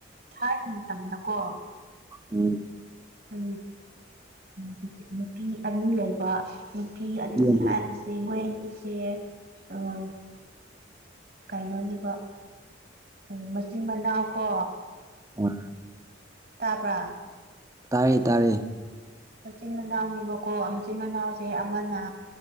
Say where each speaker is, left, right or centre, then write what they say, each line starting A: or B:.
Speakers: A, on the right; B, on the right.
A: ꯊ ꯃꯇꯝꯗꯀꯣ
B: ꯎꯝ
A: ꯎ ꯍꯧꯖꯤꯛ ꯅꯨꯄꯤ ꯑꯅꯤ ꯂꯩꯕ ꯅꯨꯄꯤ
B: ꯎꯝ
A: ꯑꯅꯤ ꯍꯥꯏꯔꯤꯁꯦ ꯃꯣꯏ ꯑꯅꯤꯁꯦ ꯎꯝ ꯀꯥꯏꯅꯣꯅꯦꯕ ꯎꯝ ꯃꯆꯤꯟ ꯃꯅꯥꯎ ꯀꯣ
B: ꯑ
A: ꯇꯥꯄꯥ
B: ꯇꯥꯔꯦ ꯇꯥꯔꯦ
A: ꯃꯆꯤꯟ ꯃꯅꯥꯎꯅꯦꯕꯀꯣ ꯃꯆꯤꯟ ꯃꯅꯥꯎꯁꯦ ꯑꯃꯅ